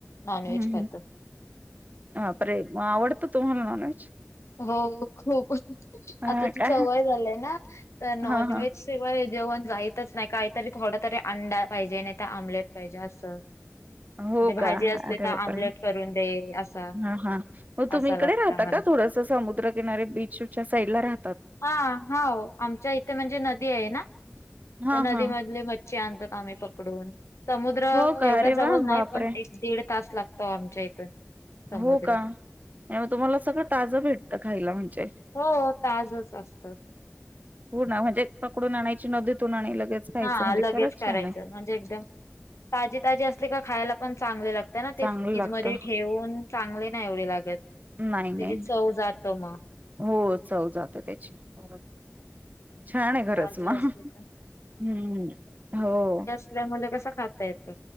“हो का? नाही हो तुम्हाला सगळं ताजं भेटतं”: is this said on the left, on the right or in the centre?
Right